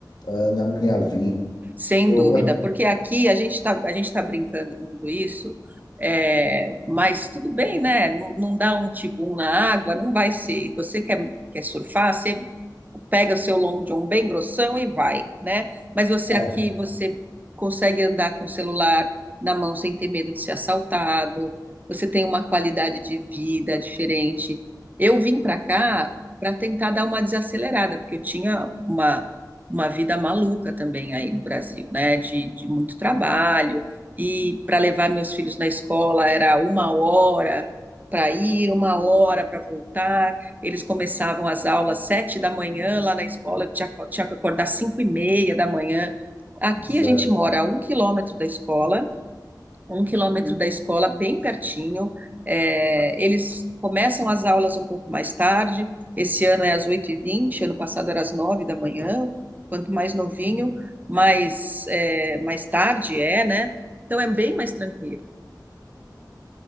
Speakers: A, on the left (about 65°); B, on the right (about 25°).
A: eh, na minha vida.
B: Sem
A: Eu,
B: dúvida, porque aqui a gente está a gente tá brincando com tudo isso, é, mas tudo bem, né? Não, não dá um tibum na água, não vai ser. Você quer, quer surfar, você pega o seu long john bem grossão e vai, né? Mas você
A: é,
B: aqui, você consegue andar com o celular na mão sem ter medo de ser assaltado, você tem uma qualidade de vida diferente. Eu vim para cá para tentar dar uma desacelerada, porque eu tinha uma uma vida maluca também aí no Brasil, né? De, de muito trabalho. E para levar meus filhos na escola era uma hora para ir, uma hora para voltar. Eles começavam as aulas sete da manhã lá na escola, eu tinha, tinha que acordar cinco e meia da manhã. Aqui
A: Zé,
B: a gente mora a um quilômetro da escola, um quilômetro da escola, bem pertinho. É, eles começam as aulas um pouco mais tarde. Esse ano é às oito e vinte ano passado era às 9 da manhã. Quanto mais novinho, mais, é, mais tarde é, né? Então é bem mais tranquilo.